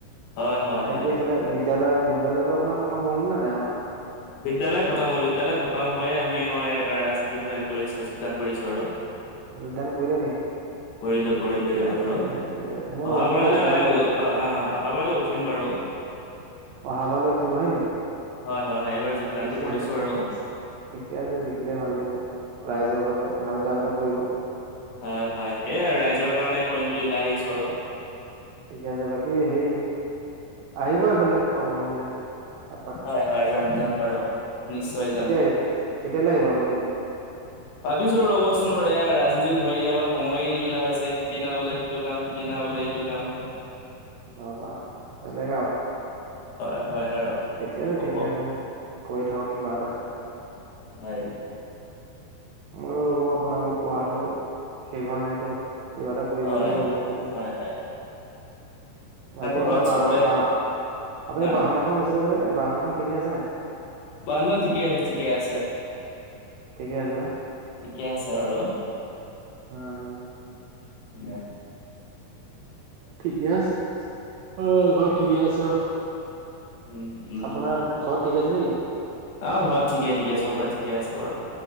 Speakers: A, on the left (about 75°); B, on the right (about 75°).
A: হয় হয়
B: বাকী
A: হয়
B: এইফালে বিদ্যালয় বিদ্যলয়তো আপোনাৰ খতম হল নে নাই হোৱা?
A: বিদ্যালয় খতম হ'ল বিদ্যালয়ত খতম হৈয়ে আমি আমাৰ এইবাৰ ৰাজনীতিত জৈন কৰিছোঁ যোগদান কৰিছোঁ আৰু৷
B: যোগদান কৰিলে নি?
A: কৰিলো-কৰিলো
B: ঠিকে
A: এইবাৰ আৰু
B: ঠিকে ঠিকে মোৰ
A: অহা
B: মোৰ
A: বাৰলে
B: হোৱা
A: অহ
B: নাই বাৰু
A: অহ অহা বাৰ লৈ উঠিম বাৰু৷
B: অহা বাৰলে উঠিবহে নি?
A: হয়-হয়-হয় এইবাৰ যোগদানটো
B: ঠিকে
A: কৰিছো
B: আছে
A: আৰু৷
B: ঠিকে আছে জিকিলে ভাল বাওঁ ৰাইজৰ ভাৱে ভাল কাম এটা কৰিব৷
A: হয়-হয় সেইয়াই আৰু ৰাইজৰ কাৰণে কৰিম বুলি ওলাই আহিছো আৰু৷
B: ঠিকে আছে বাকী সেই আহিব এইফালে সময় মিলাই এপাক৷
A: হয়-হয় যাম-যাম বাৰু৷ নিশ্চয়
B: কেতিয়া
A: যাম
B: আহিব কেতিয়ালৈ আহিব আপুনি এইপিনে?
A: ভাবিছো ৰ'বচোন বাৰু এয়া ৰাজনীতিত ভৰি দিয়াৰ পৰা সময়ে নিমিলা হৈছে সিদিনা বোলে সিটো কাম সিদিনা বোলে, টো কাম,
B: বা বাহ বেলেগ আও,
A: হয় হয় আৰু
B: ঠিকে
A: কি
B: আছে
A: ক'ব
B: ঠিকে আছে কৈ থাক কিবা এটা৷
A: হয়
B: ময়ো ৰ'ব আপোনাৰ মোৰ পঢ়াটো শেষ হোৱা নাইতো কিবা এটা কৰিব
A: হয়
B: লাগিব ওলাই মেলি৷
A: হয় হয়
B: বাকী আপোনাৰ
A: ঘৰত
B: বাহ
A: চবৰে
B: বাহ আপুনি
A: হা
B: বাহন এখন গৈছিলে যে বাহনখন ঠিকে আছে নাই।
A: বাহন খন ঠিকে আছে ঠিকে আছে।
B: ঠিকে আছে ন।
A: ঠিকেই আছে বাৰু
B: উম
A: কি হে,
B: ঠিকে আছে অ ঘৰত ঠিকে আছে।
A: উম
B: আপোনাৰ
A: উম
B: ঘৰত ঠিক আছে নেকি।
A: অ ঘৰত ঠিকেই ঠিকে চবৰে ঠিকে আছে বাৰু